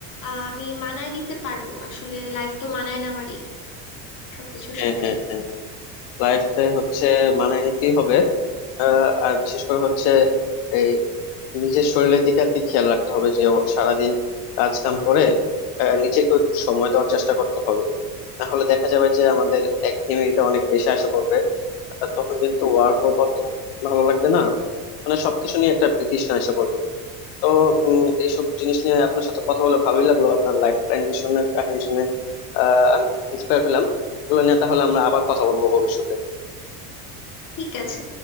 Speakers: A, on the left (about 40°); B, on the left (about 65°).
A: আহ, আমি মানায় নিতে পারবো আসলে লাইফ তো মানায় নেওয়ারই সবকিছুর
B: হ্যাঁ
A: সাথে
B: হ্যাঁ হ্যাঁ লাইফে হচ্ছে মানায় নিতেই হবে আহ, আর বিশেষ করে হচ্ছে এই নিজের শরীরের দিকে আর কি খেয়াল রাখতে হবে যে ও সারাদিন কাজ কাম করে আহ, নিজেকে একটু সময় দেওয়ার চেষ্টা করতে হবে তাহলে দেখা যাবে যে আমাদের একঘেয়েমিটা অনেক বেশি আসে পড়বে আর তখন কিন্তু ওয়ার্কও করতে ভালো লাগবে না মানে সবকিছু নিয়ে একটা বিতৃষ্ণা এসে পড়বে তো উম, এইসব জিনিস নিয়ে আপনার সাথে কথা বলে ভালোই লাগলো আপনার লাইফ ট্রানজিশনের কাহিনী শুনে আহ আমি ইন্সপায়ার হলাম এগুলো নিয়ে তাহলে আমরা আবার কথা বলবো ভবিষ্যতে
A: ঠিক আছে